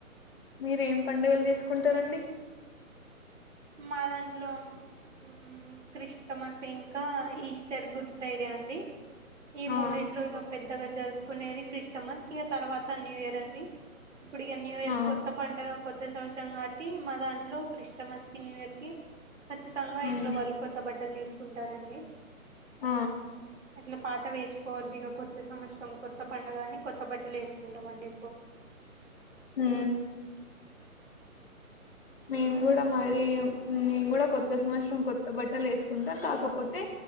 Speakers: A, on the left (about 40°); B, on the right (about 55°).
A: మీరేం పండుగలు చేసుకుంటారండి
B: మా దాంట్లో ఉ క్రిష్ తమస్ ఇంకా ఈస్టర్, గుడ్ ఫ్రైడే అండి ఈ
A: ఆ!
B: మూడిట్లో ఇది పెద్దగా జరుపు కునేది క్రిస్టమస్ ఇగ తర్వాత న్యూ ఇయర్ అండి ఇప్పుడిగా న్యూ ఇర్
A: ఆ!
B: కొత్త పండగా కొ త్త సంవత్సరం కాబట్టి మా దాంట్లో క్రిస్టమస్ న్యూ ఇయర్ కి ఖచ్చితంగా
A: హ్మ్.
B: ఇంట్లో వాళ్ళు కొత్త బట్టలు తీసుకున్ టారండి
A: ఆ
B: అట్ల పా త్తవి వేసుకోవద్దు ఇగ కొత్త సంవత్సరం కొత్త పండగ అని కొత్త బట్టలు వేసుకుంటమండి
A: హు మేము కూడా మరి మేం కూడా కొ కొత్త సంవత్సరం కొత్త బట్టలు వేసు ఉంటా కాకపోతే